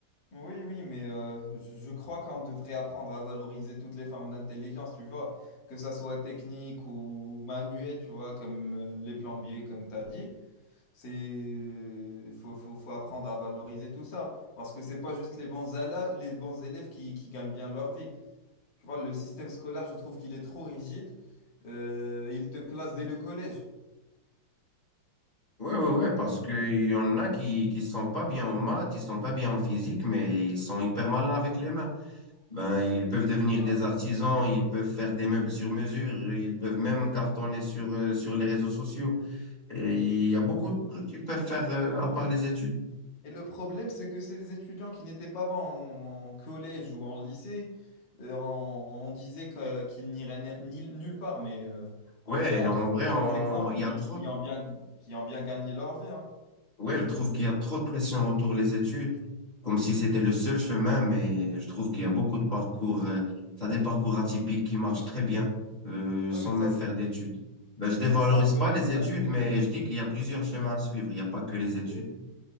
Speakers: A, on the left (about 65°); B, on the left (about 25°).
A: Oui, oui, mais euh, je je crois qu'on devrait apprendre à valoriser toutes les formes d'intelligence, tu vois, que ça soit technique ou manuelle, tu vois, comme euh, les plombiers, comme t'as dit. C'est euh, faut, faut, faut apprendre à valoriser tout ça parce que c'est pas juste les bons, ala- les bons élèves qui, qui gagnent bien leur vie. Tu vois, le système scolaire, je trouve qu'il est trop rigide. Euh, il te classe dès le collège.
B: Ouais, ouais, ouais, parce qu'il y en a qui, qui sont pas bien en maths, ils sont pas bien en physique, mais ils sont hyper malins avec les mains. Ben,
A: Voilà,
B: ils
A: c'est
B: peuvent devenir
A: ça.
B: des artisans, ils peuvent faire des meubles sur mesure, ils peuvent même cartonner sur, euh, sur les réseaux sociaux. Et il y a beaucoup de trucs qu'ils peuvent faire euh, à part les études.
A: Et le problème, c'est que ces étudiants qui n'étaient pas bons en, en collège ou en lycée, euh, on, on disait que- qu'ils n'iraient nel- nil- nulle part. Mais euh, en
B: Ouais,
A: vrai, on
B: en
A: trouve
B: vrai, on-
A: des exemples
B: il y a
A: qui,
B: trop
A: qui ont bien, qui ont bien gagné leur vie. hein.
B: Ouais, je trouve qu'il y a trop de pression autour des études, comme si c'était le seul chemin, mais je trouve qu'il y a beaucoup de parcours, euh, t'as des parcours atypiques qui marchent très bien, euh,
A: Ouais,
B: sans
A: mais
B: même
A: ça, c'est,
B: faire d'études. Ben, je
A: c'est,
B: dévalorise
A: c'est un peu
B: pas
A: la
B: les
A: mentalité
B: études, mais
A: de...
B: je dis qu'il y a plusieurs chemins à suivre, il n'y a pas que les études.
A: Oui,